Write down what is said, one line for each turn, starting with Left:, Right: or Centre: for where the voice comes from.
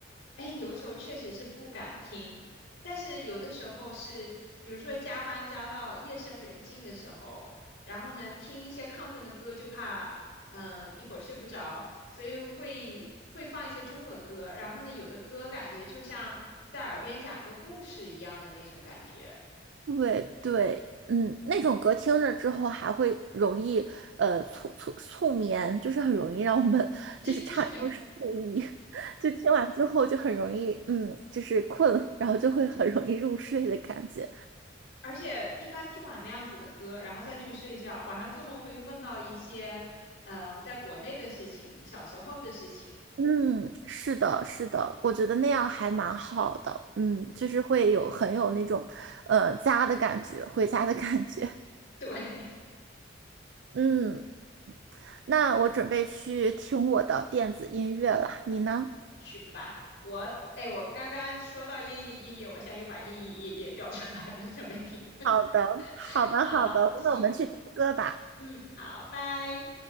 Left: 哎，有的时候确实是不敢听，但是有的时候是，比如说加班加到夜深人静的时候，然后呢，听一些亢奋的歌，就怕嗯、一会儿睡不着，所以会会放一些中文歌，然后呢，有的歌感觉就像在耳边讲一个故事一样的那种感觉，
Right: 对对，嗯，那种歌听着之后还会容易呃促促促眠，就是很容易让我们就是产生睡意，
Left: <laughs> 对，
Right: <laughs> 就听完之后就很容易嗯就是困，然后就会很容易入睡的感觉。
Left: 而且一般听完那样子的歌，然后再去睡觉，晚上做梦会梦到一些嗯、呃在国内的事情，小时候的事情，
Right: 嗯，是的，是的，我觉得那样还蛮好的。嗯，就是会有很有那种，
Left: 嗯，
Right: 呃，家的感觉，回家的感觉。
Left: 对，<laughs>
Right: <laughs> 嗯，
Left: 嗯。
Right: 那我准备去听我的电子音乐了，你呢？
Left: 去吧。我，哎，我刚刚说到夜夜夜夜，我现在又把夜夜夜夜调出来了，<laughs> 准备听。<laughs>
Right: 好的，好的，
Left: 好，
Right: 好的，
Left: 行，
Right: 那我们去听歌吧。
Left: 嗯，好，拜。